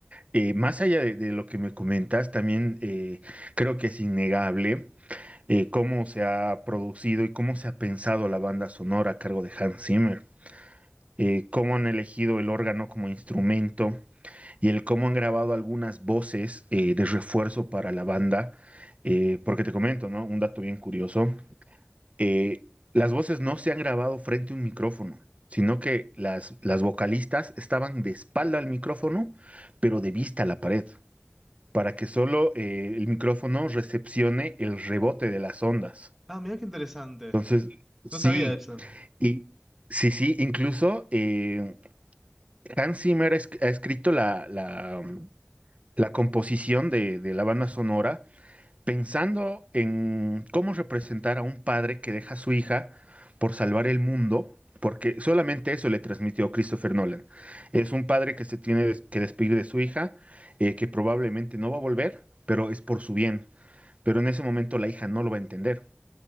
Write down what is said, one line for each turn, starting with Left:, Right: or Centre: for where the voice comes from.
Right: Eh, más allá de, de lo que me comentas, también eh, creo que es innegable eh, cómo se ha producido y cómo se ha pensado la banda sonora a cargo de Hans Zimmer, Eh, cómo han elegido el órgano como instrumento y el cómo han grabado algunas voces eh, de refuerzo para la banda. Eh, porque te comento, ¿no? Un dato bien curioso eh, las voces no se han grabado frente a un micrófono, sino que las, las vocalistas estaban de espalda al micrófono, pero de vista a la pared, para que solo eh, el micrófono recepcione el rebote de las ondas.
Centre: Ah, mira qué interesante.
Right: Entonces, sí,
Centre: No sabía eso.
Right: y sí, sí, incluso eh, Hans Zimmer ha, es- ha escrito la, la, la composición de, de la banda sonora Pensando en cómo representar a un padre que deja a su hija por salvar el mundo, porque solamente eso le transmitió Christopher Nolan. Es un padre que se tiene des- que despedir de su hija, eh, que probablemente no va a volver, pero es por su bien. Pero en ese momento la hija no lo va a entender.